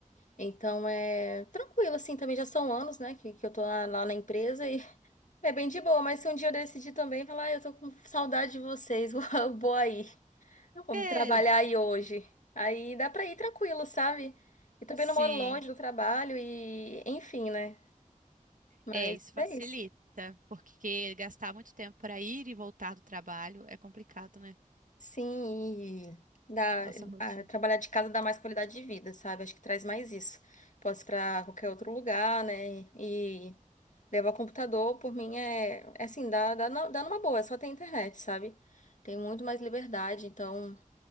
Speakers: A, on the left; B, on the right.
A: Então é tranquilo, assim, também já são anos, né, que, que eu tô lá, lá na empresa e <laughs> é bem de boa, mas se um dia eu decidir também falar, ah, eu tô com saudade de vocês, <laughs> vou, vou aí vou
B: É,
A: trabalhar aí hoje. Aí dá pra ir tranquilo, sabe? E também
B: sim.
A: não moro longe do trabalho e, enfim, né? Mas
B: É, isso facilita,
A: é isso.
B: porque gastar muito tempo para ir e voltar do trabalho é complicado, né?
A: Sim, e dá,
B: Nossa rotina.
A: a- trabalhar de casa dá mais qualidade de vida, sabe? Acho que traz mais isso. Posso ir pra qualquer outro lugar, né? E levar o computador, por mim, é, é assim, dá, dá, nu- dá numa boa, é só ter internet, sabe? Tem muito mais liberdade, então,